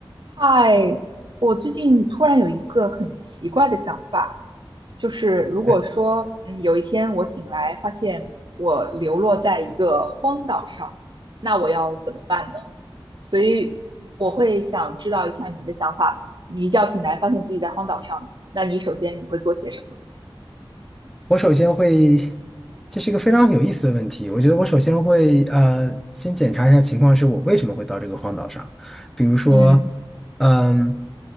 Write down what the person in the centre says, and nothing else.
哎，
我首先会，这是一个非常有意思的问题。我觉得我首先会呃，先检查一下情况，是我为什么会到这个荒岛上。比如说，
嗯，